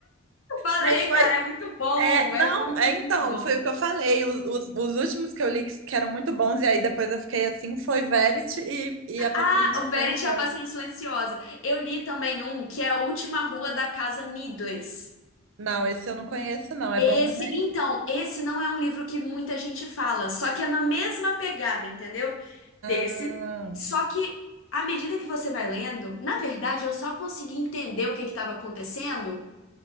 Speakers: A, on the left; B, on the right.
A: Eu falei,
B: Mas foi.
A: cara, é muito bom,
B: É, não,
A: é muito,
B: é então,
A: muito bom.
B: foi o que eu falei. Os, os, os últimos que eu li que que eram muito bons, e aí depois eu fiquei assim, foi Verity e, e
A: Ah,
B: a Paciente Silenciosa.
A: o Verity é a Paciente Silenciosa. Eu li também um que é A Última Rua da Casa Needless.
B: Não, esse eu não conheço, não. É
A: Esse,
B: bom também?
A: então, esse não é um livro que muita gente fala, só que é na mesma pegada, entendeu? Desse.
B: Ah.
A: Só que à medida que você vai lendo, na verdade, eu só consegui entender o que que estava acontecendo